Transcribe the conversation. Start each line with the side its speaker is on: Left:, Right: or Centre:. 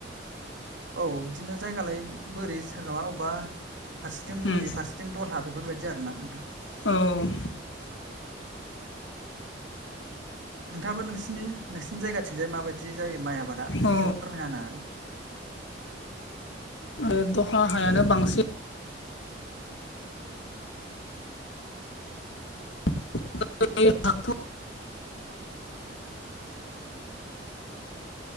Right: औ बिदिनो जायगालायै बोरि सोरनामा अबावबा फारसेथिं बोरि
Left: उम
Right: फारसेथिं दलहा बेफोरबायदि आरो ना नोंथां
Left: औ
Right: नोंथाङाबो नोंसिनि नोंसिनि जायगाथिंजाय माबायदि जायो माइ आबादा बेखौ
Left: औ
Right: फोरमायना होनो हागोन नामा
Left: ओ दहा हायानो बांसिन <unintelligible> हाखौ